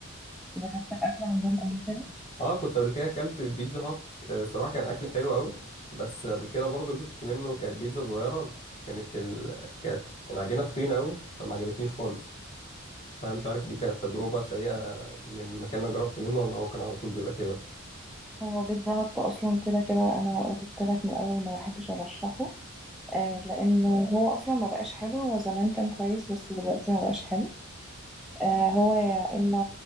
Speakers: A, in the centre; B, on the left.
A: جربت الأكل عندهم قبل كده
B: اه كنت قبل كده اكلت في بيتزا هات آه، الصراحه كان اكل حلو قوي بس قبل كده برضه جبت منه كانت بيتزا صغيره كانت ال... كانت العجينه تخينه قوي فما عجبتنيش خالص فانا مش عارف دي كانت تجربه سيئه من المكان اللي أنا جربت منه ولا هو كان على طول بيبقى كده
A: هو بيتزا هت أصلا كده كده أنا قلت لك من الأول ما بحبش أرشحه آه لأنه هو أصلا ما بقاش حلو هو زمان كان كويس بس دلوقتي ما بقاش حلو آه، هو يا إما